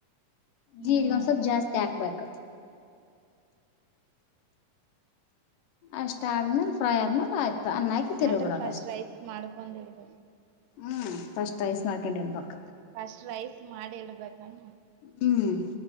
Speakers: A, on the left; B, on the right.
A: ಜೀರಿಗೆ
B: ಹ್ಮ್
A: ಒಂದ ಸ್ವಲ್ಪ್ ಜಾಸ್ತಿ ಹಾಕ್ಬೇಕ ಅಷ್ಟ ಆದ್ಮೇಲೆ ಫ್ರೈ ಆದ್ಮೇಲೆ ಆಯ್ತು ಅನ್ನ ಹಾಕಿ ತಿರುವಿ
B: ಅಂದ್ರೆ
A: ಬಿಡೋದ
B: ಫಸ್ಟ್
A: ಅಷ್ಟೇ
B: ರೈಸ್ ಮಾಡ್ಕೊಂಡ್ ಇಡಬೇಕ
A: ಹ್ಮ್ ಫಸ್ಟ್ ರೈಸ್ ಹಾಕೊಂಡಿರ ಬೇಕ
B: ಫಸ್ಟ್ ರೈಸ್ ಮಾಡಿ ಇಡಬೇಕ ಏನ್
A: ಹ್ಮ್